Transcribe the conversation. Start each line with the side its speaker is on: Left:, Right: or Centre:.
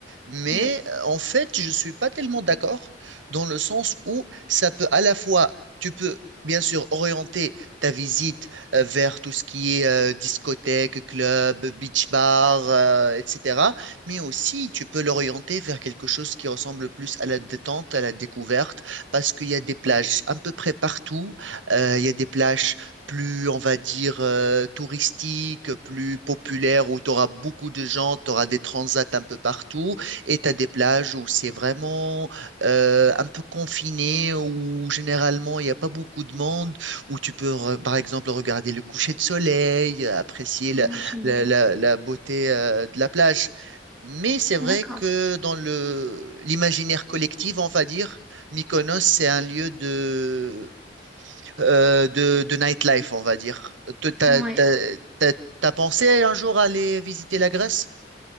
Right: Mais
Centre: Oui.
Right: euh, en fait, je ne suis pas tellement d'accord dans le sens où ça peut à la fois, tu peux bien sûr orienter ta visite euh, vers tout ce qui est euh, discothèque, club, beach bar, euh, etc. Mais aussi, tu peux l'orienter vers quelque chose qui ressemble plus à la détente, à la découverte, parce qu'il y a des plages à peu près partout. Euh, il y a des plages plus, on va dire, euh, touristiques, plus populaires, où tu auras beaucoup de gens, tu auras des transats un peu partout. Et t'as des plages où c'est vraiment euh, un peu confiné, où généralement il n'y a pas beaucoup de monde, où tu peux re- par exemple regarder le coucher de soleil, euh, apprécier
Centre: Ah,
Right: la,
Centre: génial.
Right: la- la- la beauté euh, de la plage. Mais c'est vrai
Centre: D'accord.
Right: que dans le l'imaginaire collectif, on va dire, Mykonos, c'est un lieu de, euh, de, de nightlife, on va dire. Te- T'as,
Centre: Ouais.
Right: t'as, t'as- t'as pensé un jour aller visiter la Grèce?